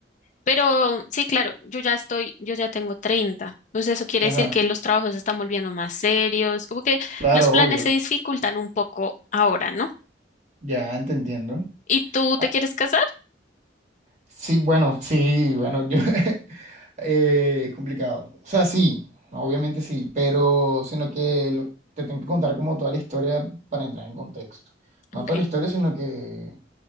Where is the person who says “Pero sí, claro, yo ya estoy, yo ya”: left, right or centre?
Left